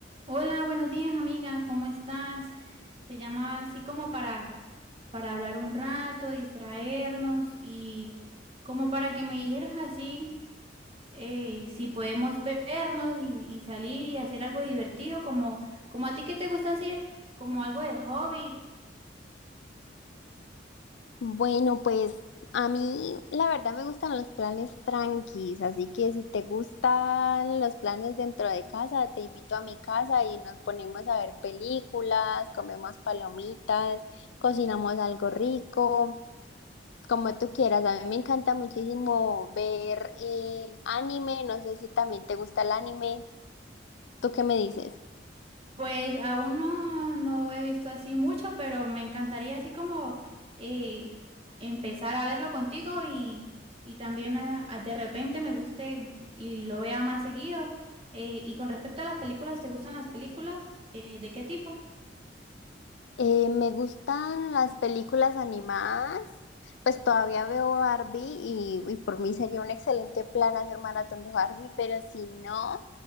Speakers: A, on the right; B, on the left.
A: Hola, buenos días, amiga, ¿cómo estás? Te llamaba así como para, para hablar un rato, distraernos y como para que me dijeras así eh, si podemos vernos y, y salir y hacer algo divertido, como, como a ti que te gusta hacer, como algo de hobby.
B: Bueno, pues a mí la verdad me gustan los planes tranquis, así que si te gustan los planes dentro de casa, te invito a mi casa y nos ponemos a ver películas, comemos palomitas, cocinamos algo rico, como tú quieras. A mí me encanta muchísimo ver eh, anime, no sé si también te gusta el anime. ¿Tú qué me dices?
A: Pues aún no, no he visto así mucho, pero me encantaría así como eh, empezar a verlo contigo y, y también ah, ah, de repente me guste y lo vea más seguido. Eh, y con respecto a las películas, ¿te gustan las películas? Eh, ¿de qué tipo?
B: Eh, me gustan las películas animadas, pues todavía veo Barbie y, y por mí sería un excelente plan hacer maratón de Barbie, pero si no,